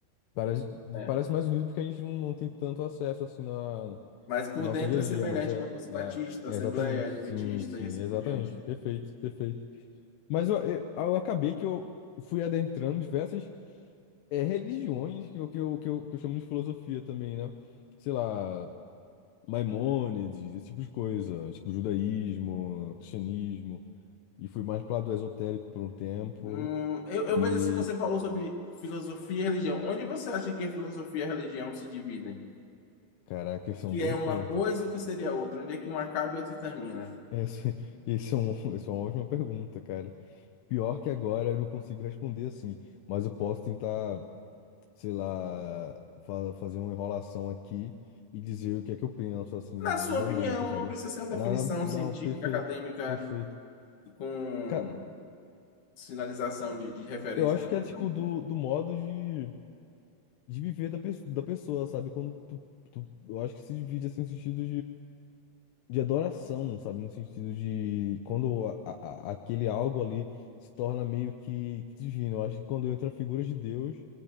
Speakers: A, on the left; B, on the left.
A: Parece,
B: né?
A: parece mais unido porque a gente não, não tem tanto acesso assim na, no
B: Mas por
A: nosso
B: dentro
A: dia a
B: é semelhante,
A: dia, mas é,
B: como se fosse
A: é,
B: batista,
A: é
B: assembleia,
A: exatamente,
B: adventista
A: sim, sim,
B: e assim
A: exatamente.
B: por diante.
A: Perfeito, perfeito. Mas eu, eu, eu acabei que eu fui adentrando diversas é, religiões que eu, que eu, que eu, que eu chamo de filosofia também, né? Sei lá, Maimônides, esse tipo de coisa, tipo judaísmo, cristianismo, e fui mais pro lado esotérico por um tempo,
B: Hum, eu,
A: e
B: eu vejo assim, você falou sobre filosofia e religião. Onde você acha que a filosofia e a religião se dividem?
A: caraca,
B: O
A: esse é
B: que
A: um bom
B: é uma
A: ponto.
B: coisa e o que seria outra? Onde é que uma acaba e outra termina?
A: Essa, <laughs> esse é um, <laughs> essa é uma ótima pergunta, cara. Pior que agora eu não consigo responder assim, mas eu posso tentar, sei lá, fa- fazer uma enrolação aqui e dizer o que é que eu penso, assim,
B: Na
A: do
B: sua
A: momento,
B: opinião,
A: sabe?
B: não precisa ser uma
A: Não,
B: definição
A: não, não,
B: científica,
A: perfeito,
B: acadêmica,
A: perfeito.
B: com
A: Cara,
B: sinalização de, de referência,
A: eu acho
B: não.
A: que é tipo do, do modo de, de viver da, pe da pessoa, sabe? Quando tu, tu, eu acho que se divide assim, no sentido de adoração, sabe? No sentido de quando a- a- a- aquele algo ali se torna meio que, que divino. Eu acho que quando entra a figura de Deus